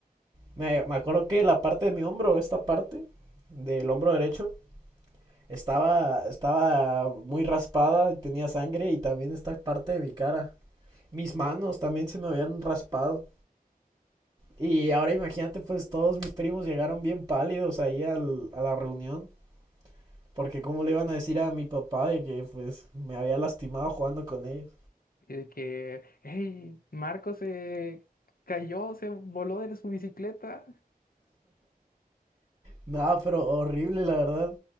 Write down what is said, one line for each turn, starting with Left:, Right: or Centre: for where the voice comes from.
Right: Me, me acuerdo que la parte de mi hombro, esta parte del hombro derecho, Estaba, estaba muy raspada y tenía sangre y también esta parte de mi cara. Mis manos también se me habían raspado. Y ahora imagínate, pues todos mis primos llegaron bien pálidos ahí al- a la reunión. Porque cómo le iban a decir a mi papá de que pues me había lastimado jugando con ellos.
Left: Y de que, hey, Marco se cayó, se voló de su bicicleta.
Right: Nada, pero horrible la verdad.